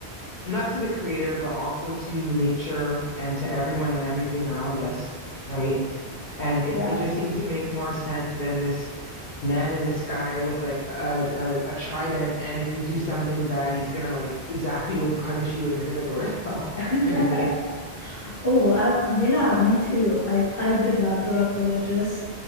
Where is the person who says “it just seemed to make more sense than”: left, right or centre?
Left